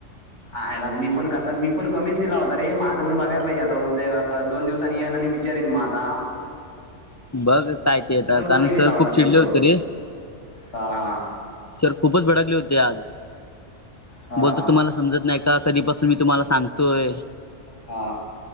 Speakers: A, on the left; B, on the left.
A: आयला मी पण कस मी पण कमीच लिहिला होता रे माझं पण बघाय पाहिजे आता उद्या दोन दिवसांनी येऊन आणि चरन माता <unintelligible> <inaudible>
B: बघ काय ते येत
A: कमी
B: कारण
A: लिहिला
B: सर
A: होता
B: खूप
A: पेपर
B: चिडले होते रे.
A: हा हा
B: सर खूपच भडकले होते. आज
A: हा
B: बोलत
A: हा
B: तुम्हाला समजत नाही का? कधीपासून मी तुम्हाला सांगतोय.
A: हां